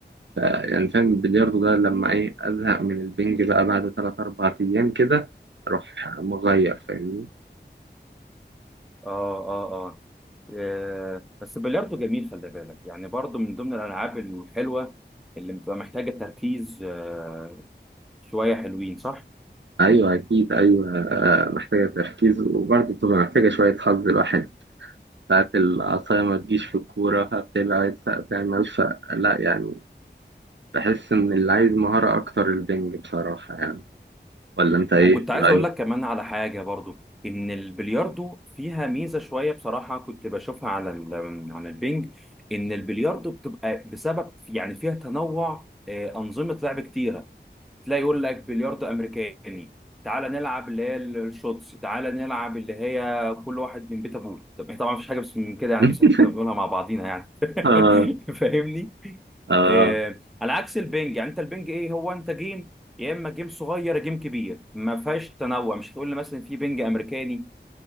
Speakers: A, on the right; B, in the centre.
A: يعني فاهم البلياردو ده لما إيه أزهق من البنج بقى بعد تلات أربع أيام كده أروح مغير فاهمني
B: اه اه اه آه، بس البلياردو جميل خلي بالك يعني برضو من ضمن الالعاب الحلوه اللي بتبقى محتاجه تركيز آه، شويه حلوين صح
A: أيوه أكيد أيوه آه، محتاجة تركيز وبرضه بتبقى محتاجة شوية حظ الواحد ساعات العصاية ما تجيش في الكورة فبتبعد فبتعمل فلا يعني بحس إن اللي عايز مهارة أكتر البنج بصراحة يعني ولا أنت إيه
B: وكنت عايز
A: رأيك؟
B: اقول لك كمان على حاجه برضو ان البلياردو فيها ميزه شويه بصراحه كنت بشوفها على ال- على البنج ان البلياردو بتبقى بسبب يعني فيها تنوع آه، انظمه لعب كتيره تلاقي يقول لك بلياردو امريكاني تعالى نلعب اللي هي الشوتس تعالى نلعب اللي هي كل واحد من بيت ابوه طب طبعا مفيش حاجه بس من كده يعني
A: <laughs>
B: بس احنا كنا بنقولها مع بعضينا يعني
A: آه
B: <laughs> فاهمني
A: آه
B: آه على عكس البنج يعني انت البنج ايه هو انت جيم يا اما جيم صغير يا جيم كبير ما فيهاش تنوع مش هتقول لي مثلا في بنج امريكاني <laughs>